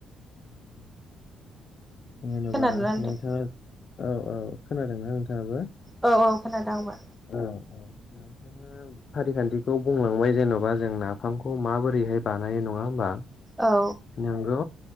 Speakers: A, on the left; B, in the centre.
A: न <unintelligible> जेन'बा
B: खोनादोंना नोंथां
A: नोंथाङा औ औ खोनादोंना नोंथाङाबो।
B: औ औ खोनादों आंबो
A: औ औ नोंथाङा फारिखान्थिखौ बुंलांबाय जेन'बा जों नाफामखौ माबोरै बेहाय बानाय नङा होमबा
B: औ
A: नोंगौ